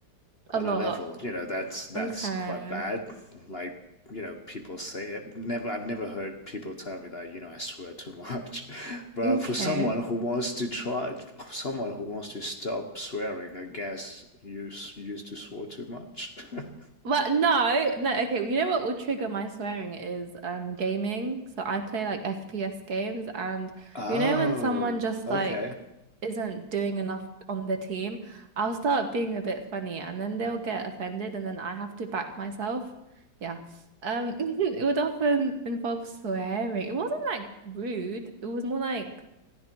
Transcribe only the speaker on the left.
on
a level, you know, that's that's
quite bad. Like, you know, people say it. Never, I've never heard people tell me that, you know, I swear too much. <laughs> But
for someone who wants to try, someone who wants to stop swearing, I guess you used to swear too much. <laughs>
Oh,
okay.